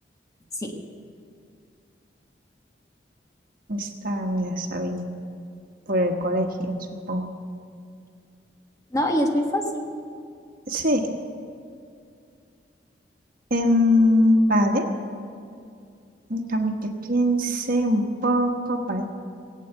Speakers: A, on the left; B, on the right.
A: Sí,
B: Esta me la sabía por el colegio, supongo.
A: no, y es muy fácil.
B: Sí, em, vale. Déjame que piense un poco. Vale.